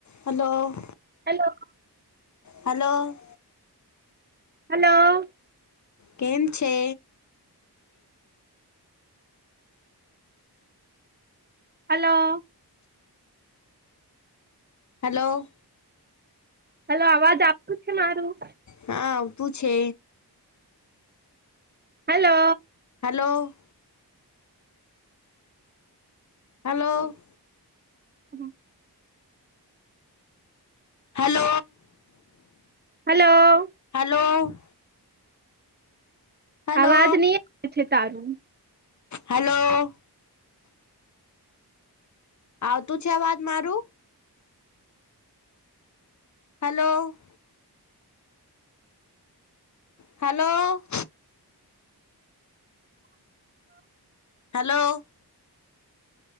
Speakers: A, on the left (about 45°); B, on the right (about 25°).
A: Hello
B: hello
A: hello
B: hello
A: કેમ છે
B: hello
A: hello
B: hello અવાજ આવતું છે મારું
A: હા આવતું છે
B: હલો
A: હલો હલો
B: હ
A: હલો
B: હલો
A: હલો હલો
B: અવાજ નહી આવે છે તારું
A: હલો આવતું છે અવાજ મારું હલો હલો હલો